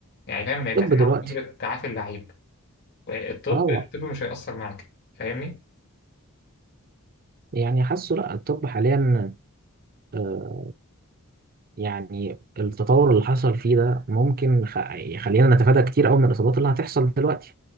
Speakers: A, on the left; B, on the right.
A: يعني فاهم هي بتعتمد
B: طب دلوقتي
A: على قدرة تعافي اللعيب الطب
B: اه
A: الطب مش هيأثر معاك فاهمني
B: يعني حاسه لا الطب حاليا آه، يعني التطور اللي حصل فيه ده ممكن خ- يخلينا نتفادى كتير قوي من الاصابات اللي هتحصل دلوقتي